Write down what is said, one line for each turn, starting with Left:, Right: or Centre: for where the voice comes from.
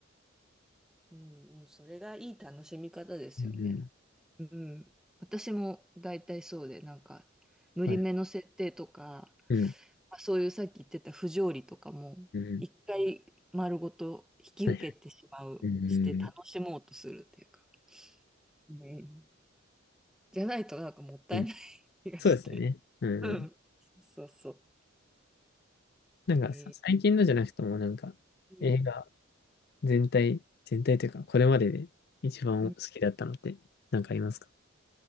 Centre: うんうん。それがいい楽しみ方ですよね。
Left: うんうん。
Centre: うん。私も大体そうで、なんか、無理めの設定とか、
Left: はい。うん。
Centre: まあそういうさっき言ってた不条理とかも、
Left: うん。
Centre: 一回丸ごと引き受けてしまう、
Left: はいはい。う
Centre: して楽しもうとするっていうか。
Left: ん、
Centre: うん。じゃないとなんかもったいない気がして。
Left: うん。そうですよね。うん。
Centre: うん。そうそう。
Left: なんかさ、
Centre: へえ
Left: 最近のじゃなくても、なんか、
Centre: うん。
Left: 映画全体、全体というか、これまでで一番好きだったのって、
Centre: うん
Left: なんかありますか